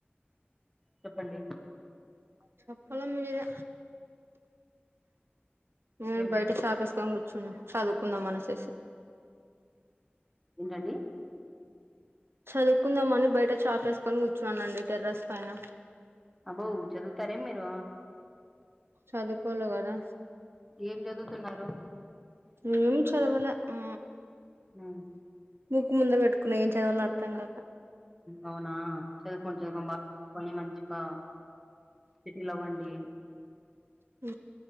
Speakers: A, in the centre; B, on the right.
A: చెప్పండి
B: చెప్పాలి మీరే నేను
A: ఏం చే
B: బయట చాపేసుకొని కూర్చున్న చదువుకుందాంమనసేసి
A: ఏంటండి
B: చదువుకుందామని బయట చాప వేసుకొని కూర్చున్నానండి టెర్రస్ పైన
A: అబ్బో చదువుతారా మీరు
B: చదువుకోల కదా
A: ఏం చదువుతున్నారు
B: ఏం చదవాలే ఆ
A: ఆ
B: బుక్కు ముందల పెట్టుకున్నా ఏం చదవాలో అర్థం కాక
A: అవునా చదువుకోండి చదువుకోండి బాగా చదువుకోండి మంచిగా ఇకా సెటిల్ అవ్వండి
B: ఉ